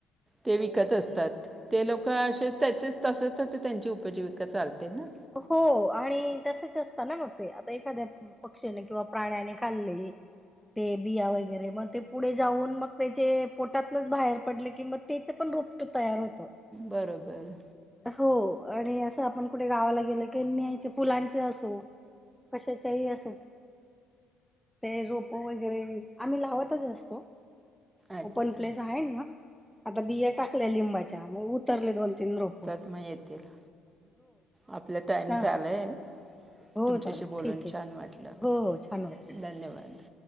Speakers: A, on the right (about 20°); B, in the centre.
A: ते विकतं
B: आणि
A: असतांत ते लोकं असेचं
B: आदिवासी
A: त्यांचेच तसेचं त्यांची उपजीविका चालतें नां
B: हो आणि तसंच असतं नां मंग ते आतां एखाद्यां पक्षीने किंवा प्राण्यांने खांल्ले ते बिया वगैरे मंग ते पुढे जाऊंन मंग त्यांचे पोटांतनच बाहेर पडले कि मंग त्याचं पणं रोपं रोपंट तयांर होतों
A: बरोबर
B: हो आणि असं आपणं कुठे गावांला गेल की न्यायचे फुलांचे असो कशाच्यांही असो ते रोपं वगैरे आम्हीं लावतंच असतों
A: अच्छा
B: पणं तसं आहे म्हंनां आतां बिया टांकल्यां लिंबाच्यां मंग उतरले दोन तीनं रोपं
A: मंग येतीलं आपलां टांईम
B: हा,
A: झालायं
B: हो
A: तुमच्यांशी
B: चालेल
A: बोलूंन
B: ठीक आहे
A: छांन वाटलं
B: हो हो छान वाटले
A: धन्यंवाद